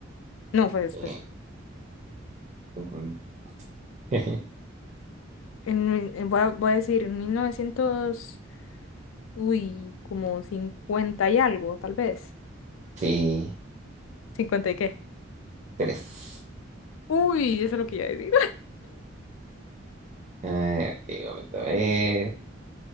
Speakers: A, on the left; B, on the right.
A: No, fue después.
B: Eh, ujú. <laughs>
A: En, en- voy a, voy a decir, en 1900 uy, como 50 y algo, tal vez.
B: Sí,
A: cincuenta y qué?
B: tres.
A: Uy, eso es lo que iba a decir.
B: Eh, ok, vamos a ver.